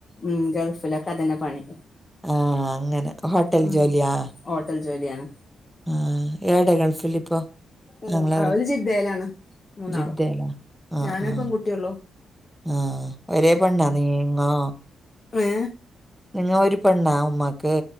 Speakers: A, on the left; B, in the centre.
A: ഉം, ഗൾഫിലൊക്കെ അതന്നെ പണി.
B: ആഹ്, അങ്ങനെ. ഹോട്ടൽ
A: ഉം
B: ജോലിയാ?
A: ഹോട്ടൽ ജോലിയാണ്.
B: ആഹ്. ഏടെ ഗൾഫിലിപ്പോ?
A: ഉം
B: ആങ്ങളാര്,
A: അവര് ജിദ്ദയിലാണ് മൂന്നാളും
B: ജിദ്ദേ? ജിദ്ദേലാ. ആഹ്..
A: ഞാനൊരു
B: ആഹ്.
A: പെൺകുട്ടിയുള്ളൂ
B: ആഹ്, ഒരേ പെണ്ണാ നീങ്ങോ?
A: ഏ...?
B: നിങ്ങ ഒരു പെണ്ണാ ഉമ്മാക്ക്?